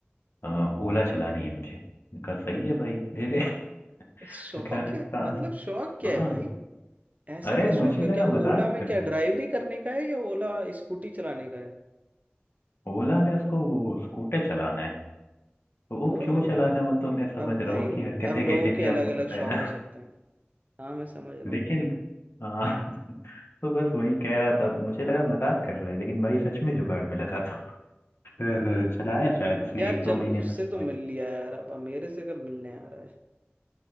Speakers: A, on the left; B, on the right.
A: अ, ओला चलानी है मुझे उनका सही है भाई ले ले <laughs>
B: <laughs> शौक
A: तो क्या सा-
B: है मतलब शौक क्या
A: हाँ
B: है भाई ऐसा
A: अरे
B: क्या
A: मुझे
B: शौक है
A: लगा
B: क्या
A: मजाक
B: ओला में
A: कर
B: क्या
A: रहा
B: ड्राइवरी
A: है
B: करने का है या ओला स्कूटी चलाने का है
A: ओला में उसको वो स्कूटर चलाना है तो वो
B: ओ
A: क्यों चलाना है वो तो मैं समझ
B: अब
A: रहा
B: भाई
A: हूँ उसकी हरकतें
B: अब लोगों
A: कैसी
B: के
A: थी
B: अलग
A: आपको पता
B: अलग
A: है
B: शौक
A: ना
B: हो सकते हैं हाँ मैं समझ
A: <laughs>
B: रहा
A: लेकिन
B: हूँ
A: हाँ तो बस वही कह रहा था मुझे लगा मजाक कर रहा है लेकिन भाई सच में जुगाड़ में लगा था फिर
B: <laughs>
A: चलाया शायद उसने
B: यार
A: एक दो
B: चल
A: महीने
B: उससे
A: तक चलाया
B: तो मिल लिया यार अब मेरे से कब मिलने आ रहा है